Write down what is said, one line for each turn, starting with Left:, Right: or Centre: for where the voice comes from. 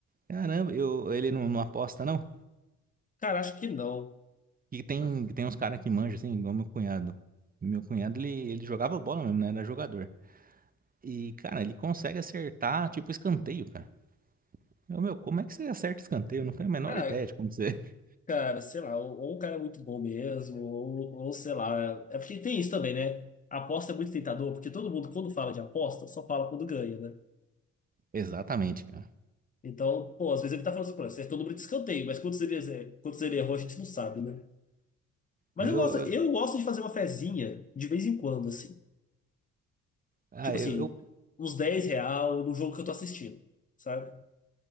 Right: Caramba, eu, ele não, não aposta, não?
Left: Cara, acho que não.
Right: E tem,
Left: Ah,
Right: tem uns caras que manjam, assim, igual meu cunhado. Meu cunhado, ele, ele jogava bola mesmo, né? Era jogador. E, cara, ele consegue acertar, tipo, escanteio, cara. Eu, meu, como é que você acerta escanteio? Eu não tenho a menor
Left: ah,
Right: ideia de como você... <laughs>
Left: cara, sei lá, ou, ou o cara é muito bom mesmo, ou, ou sei lá. É porque tem isso também, né? A aposta é muito tentador, porque todo mundo, quando fala de aposta, só fala quando ganha, né?
Right: Exatamente, cara.
Left: Então, pô, às vezes ele tá falando assim, pô, acertou o número de escanteio, mas quantos ele, quantos ele errou, a gente não sabe, né? Mas
Right: Eu,
Left: eu gosto,
Right: eu,
Left: eu gosto de fazer uma fezinha de vez em quando, assim.
Right: ah,
Left: Tipo
Right: eu,
Left: assim,
Right: eu-
Left: uns 10 real no jogo que eu tô assistindo, sabe?